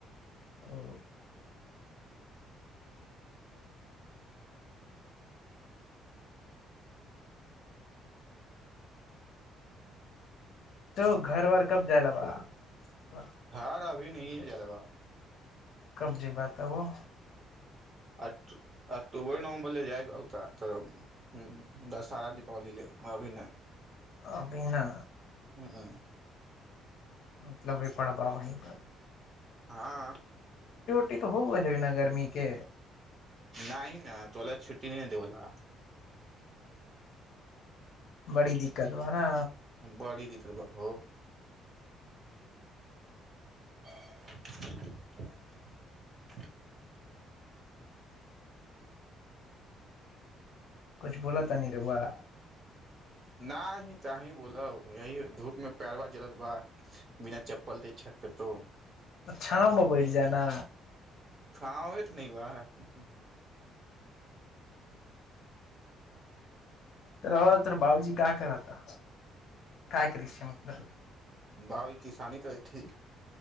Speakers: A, on the left; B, on the right.
A: ओ तो घर वर कब जाय ल बाबा
B: धार अभी नहि जाय ला बा
A: कब जइबअ तबौ
B: अ अक्टोबर नवम्बर लए जाइब आउर का तऽ दशहरा कलिले अभी नै
A: अभी ना
B: हूँ
A: मतलब बेे पड़बा वीप
B: हँ
A: छुटी तऽ हो गेलना गर्मी के
B: नहि न तोरा छुट्टी नहि देओला
A: बड़ी दिक्कत बा ना
B: बड़ी दिक्कत हो <inaudible>
A: किछु बोलऽ तानि रहुआ
B: न ही तहि बोल यही धूप मे पैरवार जलत बा बिना चप्पल देे छत पे तो
A: छाँवमे बैठ जा ना
B: छाओ तऽ नहि ब
A: रहुआ तोहर बाबजी का करता क करी छै मतलब
B: बाउजी किसानी करै थी